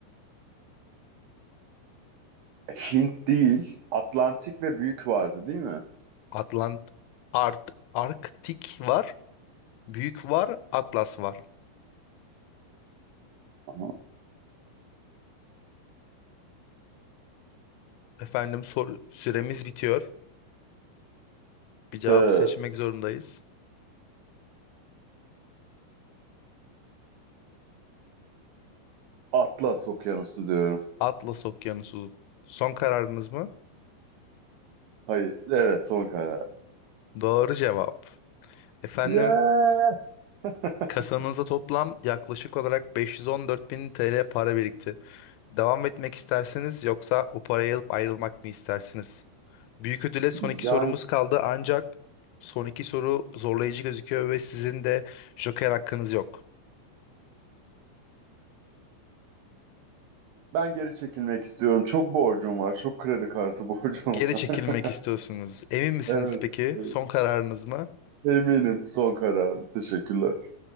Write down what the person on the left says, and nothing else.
Atlant, Art, Arktik var, Büyük var, Atlas var.
Efendim sor, süremiz bitiyor. Bir cevap
seçmek zorundayız.
Atlas Okyanusu. Son kararınız mı?
Doğru cevap. Efendim
kasanızda toplam yaklaşık olarak 514 bin TL para birikti. Devam etmek istersiniz yoksa bu parayı alıp ayrılmak mı istersiniz? Büyük ödüle son
iki sorumuz kaldı ancak son iki soru zorlayıcı gözüküyor ve sizin de joker hakkınız yok.
Geri
çekilmek
istiyorsunuz. Emin misiniz
peki?
Son kararınız mı?